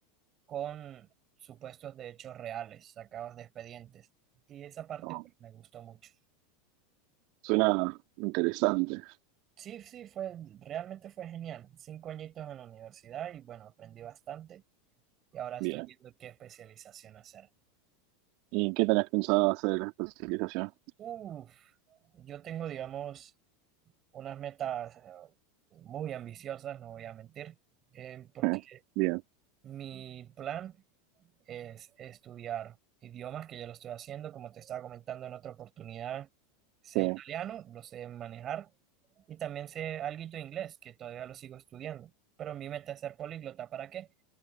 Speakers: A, on the right (about 35°); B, on the right (about 50°).
A: con supuestos de hechos reales, sacados de expedientes. Y esa parte
B: No,
A: pues, me gustó mucho.
B: suena interesante.
A: Sí, sí, fue, realmente fue genial. Cinco añitos en la universidad y bueno, aprendí bastante y ahora estoy
B: Bien.
A: viendo qué especialización hacer.
B: ¿Y qué tenés pensado hacer la especialización?
A: Uf, Yo tengo, digamos, unas metas eh, muy ambiciosas, no voy a mentir, eh, porque
B: <laughs> Eh, Bien,
A: mi plan es estudiar idiomas, que ya lo estoy haciendo, como te estaba comentando en otra oportunidad, sé
B: sí.
A: italiano, lo sé manejar, y también sé alguito de inglés, que todavía lo sigo estudiando, pero mi meta es ser políglota, ¿para qué?